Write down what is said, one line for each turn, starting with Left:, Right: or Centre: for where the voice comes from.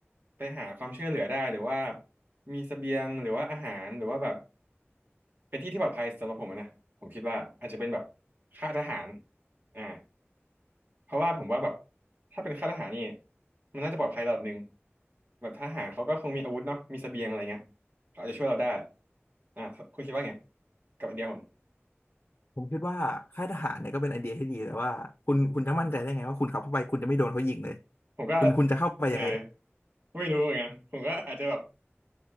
Right: ไปหาความช่วยเหลือได้หรือว่ามีเสบียงหรือว่าอาหารหรือว่าแบบเป็นที่ที่ปลอดภัยสำหรับผมอะนะผมคิดว่าอาจจะเป็นแบบค่ายทหารอ่า เพราะว่าผมว่าแบบถ้าเป็นค่ายทหารนี่มันน่าจะปลอดภัยระดับหนึ่งแบบทหารเขาก็คงมีอาวุธเนาะมีเสบียงอะไรเงี้ยเขาอาจจะช่วยเราได้อ่ะคุณคิดว่าไงกับไอเดียผม
Left: ผมคิดว่าค่ายทหารเนี่ยก็เป็นไอเดียที่ดีแต่ว่าคุณคุณจะมั่นใจได้ไงว่าคุณขับเข้าไปคุณจะไม่โดนเขายิงเลย
Right: ผมก็
Left: คุณคุณจะเข้าไปยังไง
Right: เออไม่รู้เหมือนกันผมก็อาจจะแบบ